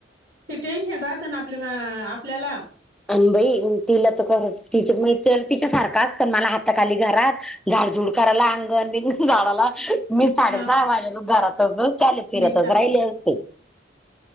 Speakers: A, on the right; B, in the centre.
A: ते टेन्शन राहतं ना आपल्या आपल्याला
B: अनभई तिला तर खरच. तिच मग तर तिच्या सारखं असत मला हाताखाली घरात झाडजुड करायला अंगण बी झाडाला मी साडेसहा
A: हा
B: वाजेला घरातच त्याले फिरतच
A: मीठ टाकलं
B: राहिले असते.